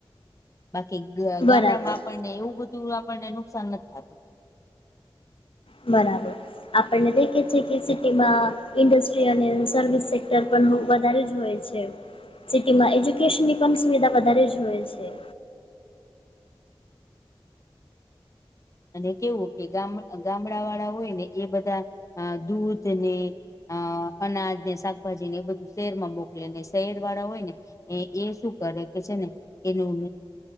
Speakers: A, on the left; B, on the left.
A: બાકી ગામડામાં
B: બરાબર
A: આપણને એવું બધું આપણને નુકસાન નથી થતું,
B: બરાબર, આપણને દેખે છે કે સિટીમાં ઇન્ડસ્ટ્રી અને સર્વિસ સેક્ટર પણ વધારે જ હોય, છે સિટીમાં એજ્યુકેશનની પણ સુવિધા વધારે જ હોય છે.,
A: અને કેવું કે ગામડાવાળા હોય ને એ બધા દૂધ કે, અ અનાજ ને શાકભાજી ને એ બધું શહેરમાં મોકલે ને શહેર વાળા હોય ને, એ શું કરે કે છે ને એનું,